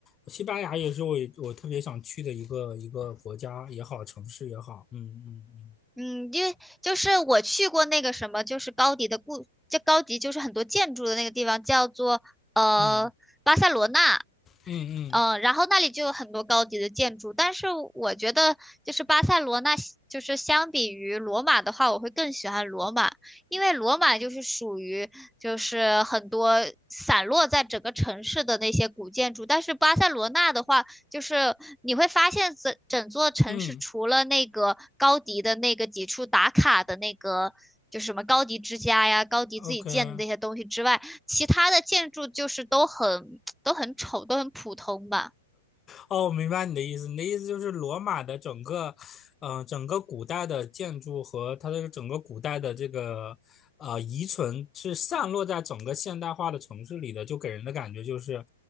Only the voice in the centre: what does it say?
嗯，因为就是我去过那个什么，就是高迪的故，这高迪就是很多建筑的那个地方叫做呃巴塞罗那。
嗯，然后那里就有很多高级的建筑，但是我觉得就是巴塞罗那，就是相比于罗马的话，我会更喜欢罗马，因为罗马就是属于就是很多散落在整个城市的那些古建筑，但是巴塞罗那的话，就是你会发现整整座城市除了那个高迪的那个几处打卡的那个。
就是什么高迪之家呀，高迪自己建的那些东西之外，
其他的建筑就是都很都很丑，都很普通吧。